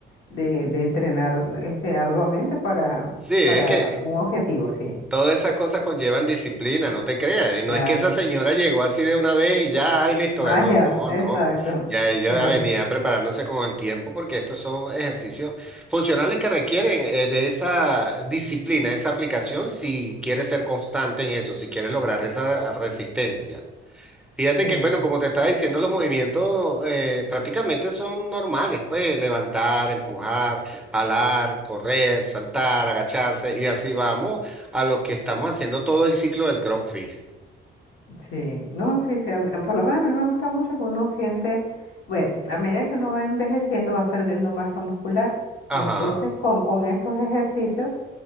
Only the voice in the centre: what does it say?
sí, es
que
Todas esas cosas conllevan disciplina, no te creas. eh, No
es que esa señora llegó así de una vez y ya, ay, listo,
ganó. No,
no. Ya ella
venía preparándose con el tiempo porque estos son ejercicios funcionales que requieren eh, de esa disciplina, esa aplicación, si quieres ser constante en eso, si quieres lograr esa resistencia. Fíjate
que, bueno, como te estaba diciendo, los movimientos eh, prácticamente son normales, pues levantar, empujar, jalar, correr, saltar, agacharse, y así vamos a lo que estamos haciendo todo el ciclo del CrossFit.
Ajá,